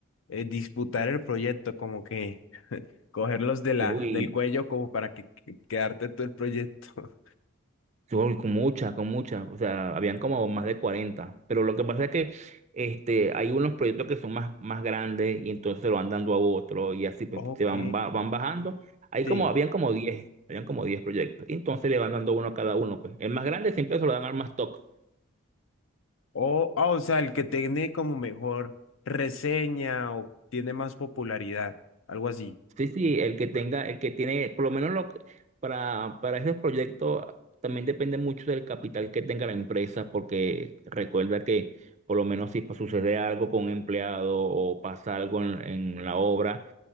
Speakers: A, on the left (about 65°); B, on the right (about 30°).
A: eh, disputar el proyecto, como que cogerlos de la,
B: Uy.
A: del cuello como para que, que- quedarte tú el proyecto?
B: Yo, con muchas, con muchas, o sea, habían como más de cuarenta pero lo que pasa es que este, hay unos proyectos que son más, más grandes y entonces se lo van dando a otro y así pues,
A: <laughs> Ok.
B: se van, ba- van bajando. Hay
A: Sí.
B: como, habían como 10 habían como 10 proyectos, y entonces le van dando uno a cada uno, pues. El más grande siempre se lo dan al más top,
A: O, ah, o sea, el que tiene como mejor reseña o tiene más popularidad, algo así.
B: Sí, sí, el que tenga, el que tiene, por lo menos lo, para, para esos proyectos también depende mucho del capital que tenga la empresa, porque recuerda que por lo menos si pa- sucede algo con un empleado o pasa algo en, en la obra,